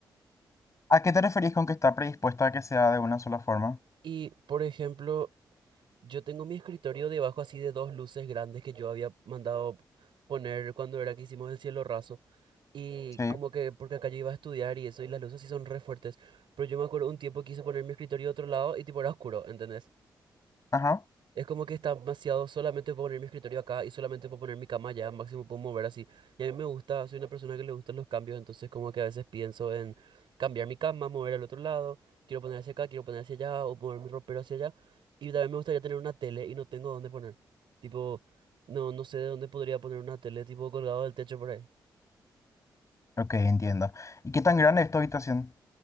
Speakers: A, on the left; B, on the right.
A: ¿A qué te referís con que está predispuesta a que sea de una sola forma?
B: Y, por ejemplo, yo tengo mi escritorio debajo así de dos luces grandes que yo había mandado poner cuando era que hicimos el cielo raso. Y
A: Sí.
B: como que, porque acá yo iba a estudiar y eso, y las luces sí son re fuertes. Pero yo me acuerdo un tiempo quise poner mi escritorio a otro lado y tipo era oscuro, ¿entendés?
A: Ajá.
B: Es como que está demasiado solamente puedo poner mi escritorio acá y solamente puedo poner mi cama allá, máximo puedo mover así. Y a mí me gusta, soy una persona que le gustan los cambios, entonces como que a veces pienso en cambiar mi cama, mover al otro lado, quiero poner hacia acá, quiero poner hacia allá o mover mi ropero hacia allá. Y también me gustaría tener una tele y no tengo dónde poner. Tipo, no, no sé de dónde podría poner una tele, tipo colgado del techo por ahí.
A: Ok, entiendo. ¿Y qué tan grande es tu habitación?